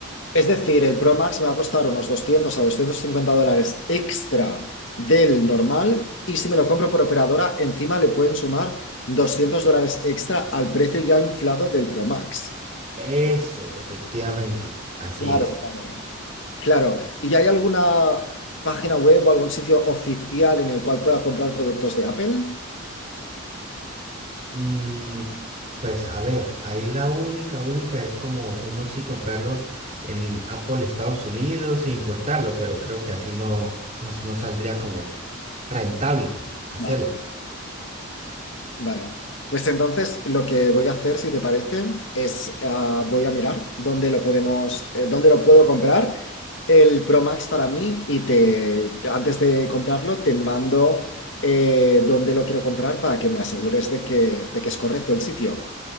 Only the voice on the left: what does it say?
Es decir, el Pro Max me va a costar unos 200 a 250 dólares extra del normal y si me lo compro por operadora, encima le pueden sumar 200 dólares extra al precio ya inflado del Pro Max.
Claro,
claro. Claro. ¿Y hay alguna página web o algún sitio oficial en el cual pueda comprar productos de Apple?
Vale. Vale. Pues entonces lo que voy a hacer, si te parece, es ah, voy a mirar dónde lo podemos, eh, dónde lo puedo comprar el Pro Max para mí y te antes de comprarlo te mando eh, dónde lo quiero comprar para que me asegures de que, de que es correcto el sitio.